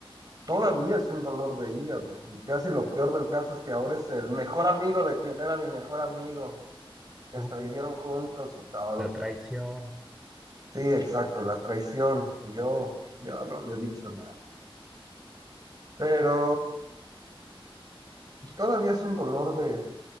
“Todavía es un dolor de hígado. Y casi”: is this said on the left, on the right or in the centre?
Right